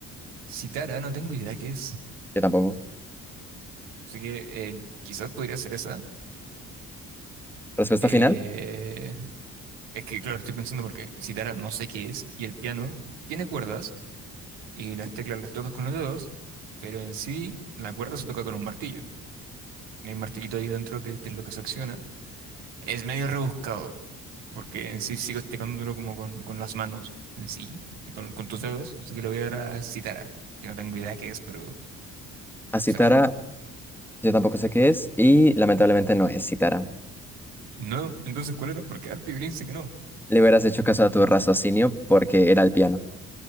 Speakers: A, on the right; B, in the centre.
A: Citara, no tengo idea qué es.
B: Yo tampoco.
A: Así que eh, quizás podría ser esa.
B: Respuesta
A: Eh,
B: final,
A: es que, claro, estoy pensando porque citara no sé qué es, y el piano tiene cuerdas, y las teclas las tocas con los dedos, pero en sí la cuerda se toca con un martillo. Hay un martillito ahí dentro que, que es lo que se acciona. Es medio rebuscado, porque en sí sigo tecándolo como con, con las manos, en sí, sí, con, con tus dedos, así que lo voy a dar a citara, que no tengo idea qué es, pero
B: a cítara
A: será.
B: Yo tampoco sé qué es y lamentablemente no es cítara.
A: No, entonces, ¿cuál era? Porque Arpi Blin sé que no.
B: Le hubieras hecho caso a tu raciocinio porque era el piano.